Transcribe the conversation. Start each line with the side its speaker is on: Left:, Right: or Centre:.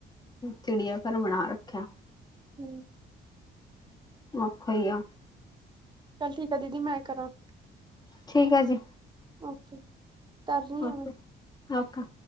Left: ਚਿੜੀਆ ਘਰ ਬਣਾ ਰੱਖਿਆ।
Right: ਹੂੰ
Left: ਓਖਾ ਈ‌ ਆ।
Right: ਚੱਲ ਠੀਕ ਆ ਦੀਦੀ ਮੈਂ ਕਰਾਂ
Left: ਠੀਕ ਆ ਜੀ।
Right: ਓਕੇ ਕਰ ਰਹੀ
Left: ਓਕੇ
Right: ਆ ਮੈਂ
Left: ਓਕਾ